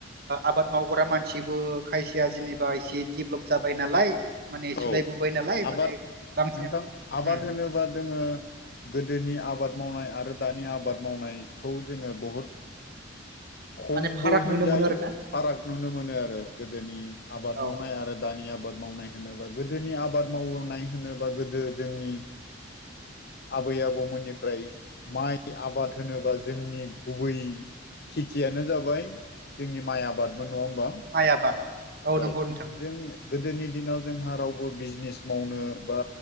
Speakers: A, on the right; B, on the left.
A: आबाद मावग्रा मानसिबो खायसेया जेनेबा एसे देभलप जाबाय नालाय माने सोलायबोबाय
B: औ
A: नालाय
B: आबाद
A: माने बांसिनानो
B: नोंथां आबाद
A: उम
B: होनोबा जोंङो गोदोनि आबाद मावनाय आरो दानि आबाद मावनायखौ जोंङो बहुद खमबो
A: माने फाराग
B: होनजायो
A: नुनो मोनो आरोना
B: फाराग नुनो मोनो आरो गोदोनि आबाद
A: औ
B: मावनाय आरो दानि आबाद मावनाय होनोबा गोदोनि आबाद मावनाय होनोबा गोदो जोंनि आबै आबौमोननिफ्राय माइ आबाद होनोबा जोंनि गुबै खेथियानो जाबाय जोंनि माइ आबादबो नं बा
A: माइ आबाद
B: औ
A: नंगौ नोंथां
B: जों गोदोनि दिनाव जोंहा रावबो बिजनेस मावनो बा